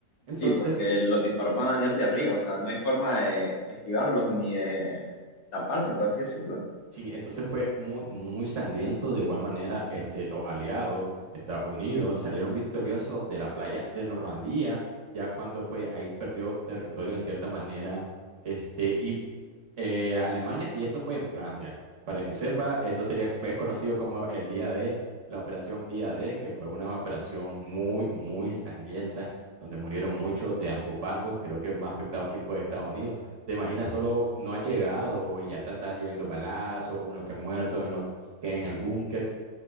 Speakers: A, on the right (about 55°); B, on the left (about 70°).
A: Entonces,
B: Sí, porque los disparos van a venir de arriba, o sea, no hay forma de esquivarlos ni de taparse, por así decirlo.
A: Sí, entonces fue muy, muy sangriento. De igual manera, este, los aliados, Estados Unidos, salieron victoriosos de la playa de Normandía, ya cuando pues ahí perdió territorio de cierta manera, este, y eh, Alemania, y esto fue en Francia. Para que sepa, esto sería pues, conocido como el Día D, la operación Día D, que fue una operación muy, muy sangrienta, donde murieron muchos de ambos bandos. Creo que el más afectado aquí fue Estados Unidos te imaginas, solo no ha llegado y ya están, están lloviendo balazos, unos que han muerto en, lo- que en el búnker.